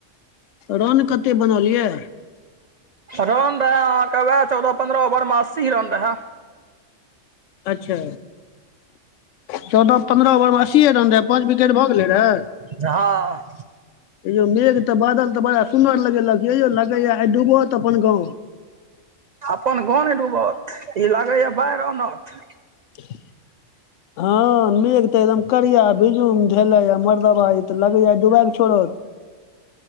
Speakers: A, on the left; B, on the right.
A: रन कते बनल यऽ
B: रन रहे अहाँके वएह चौदह पन्द्रह ओवर में अस्सी रन रहे
A: अच्छा चौदह पन्द्रह ओवर में अस्सीए रन रहै पाँच विकेट भऽ गेलै रहए
B: जहाँ
A: यौ मेघ तऽ बादल तऽ बड़ा सुन्दर लगेलक यौ लगैया आइ डूबौत अपन गाँव
B: अपन गाँव नहि डूबत ई लागैया बाढ़ि आनत
A: कि <unintelligible> हँ मेघ तऽ एकदम करिया बिजुम झेले य मरदवा तऽ लगे डुबाय के छोड़त